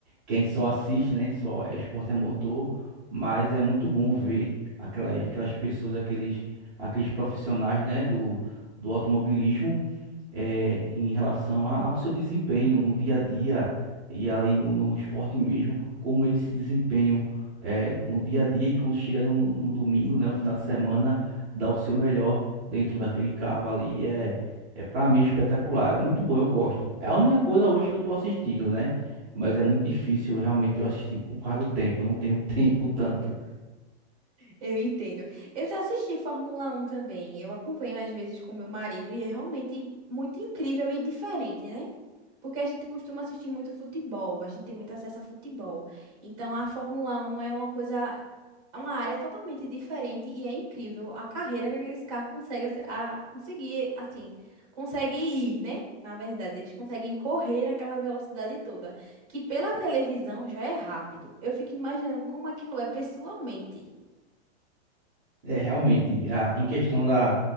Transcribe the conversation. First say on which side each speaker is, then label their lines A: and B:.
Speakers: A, on the right (about 20°); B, on the right (about 35°).
A: que a gente só assiste, né? A gente só é esporte é motor, mas é muito bom ver aquelas, aquelas pessoas, aqueles, aqueles profissionais, né? Do, do automobilismo é, em relação a- ao seu desempenho no dia a dia e ali no, no esporte mesmo, como eles se desempenham é, no dia a dia e quando chega no, no domingo, né, o final de semana, dá o seu melhor dentro daquele carro ali. É, é para mim é espetacular, é muito bom, eu gosto. É a única coisa hoje que eu tô assistindo, né? Mas é muito difícil realmente eu assistir por causa do tempo, eu não tenho <laughs> tempo tanto.
B: Eu entendo. Eu já assisti Fórmula um também. Eu acompanho às vezes com meu marido e é realmente muito incrível e diferente, né? Porque a gente costuma assistir muito futebol, a gente tem muito acesso a futebol. Então a Fórmula um é uma coisa é uma área totalmente diferente e é incrível a carreira que aqueles carros conseguem ace- a, conseguir, assim, conseguem ir, né? Na verdade, eles conseguem correr naquela velocidade toda, que pela televisão já é rápido. Eu fico imaginando como aquilo é pessoalmente.
A: É, realmente, a- em questão da.